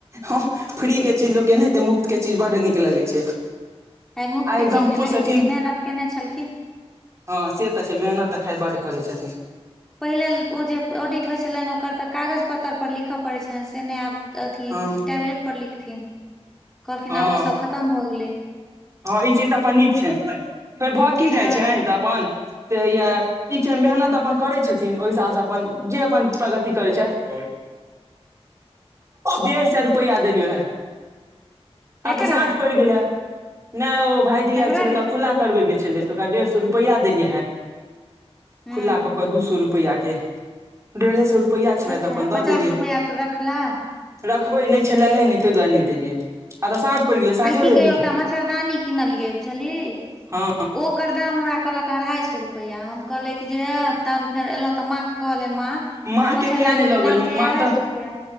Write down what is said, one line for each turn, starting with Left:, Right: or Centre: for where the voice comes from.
Right: हँ फ्रीक के चीज लोक एहनाते मुफ्त के चीज बड्ड नीक लगै छै
Centre: आइ मुफ्त
Right: एकदम
Centre: के चीज
Right: खुश
Centre: भेले
Right: हेथिन
Centre: एते जे मेहनत केने छलखिन
Right: हँ से त छै मेहनत त खाइ बड करै छथिन
Centre: पहिल ओ जे ऑडिट होइ छलनि ओकर त कागज पत्तर पर लिख पड़ैत छलनि से नै आब अथी
Right: हँ
Centre: टेबलेट पर लिखथिन कहलखिन
Right: हँ
Centre: आब ओ सब खतम भ गेलै
Right: हँ ई चीज त अपन नीक छनि फेर भ की
Centre: हँ
Right: जाइन छैन त अपन से हया ई छै मेहनत अपन करै छथिन ओहि हिसाबसँ अपन जे अपन प्रगति करै छैथ डेढ़ सए रुपैया देलियौ है
Centre: केकरा
Right: आब त साँझ पड़ि गेले नै ओ भाईजी
Centre: केकरा
Right: आयल छल ओकरा
Centre: रे से
Right: खुला करबे के छल त ओकरा डेढ़ सए रुपैया देलियै हे
Centre: हूँ
Right: खु्ला क क दू सौ रुपैया के डेढ़े सए रुपैया छलै
Centre: अच्छा
Right: त अपन
Centre: पचास
Right: द देलियै
Centre: रुपैआ तो रखला
Right: रखबे नै छलहे नै तै दुआरे नै देलियै आब त साँझ पैर गेलै साँझो
Centre: आय की
Right: देबही
Centre: कहियौ एकटा मच्छरदानी कनलियै बुझलिै
Right: हँ
Centre: ओ ओकर दाम हमरा कहलक अढ़ाइ सए रुपैआ हम कहलै कि जे तहन फेर एलहुँ त माँ कहलनि माँ
Right: माँ के
Centre: मच्छरदानी
Right: किया नहि लऽ
Centre: के
Right: गेलहुँ
Centre: दाम कह
Right: माँ
Centre: अढ़ाई
Right: तऽ
Centre: सौ रुपया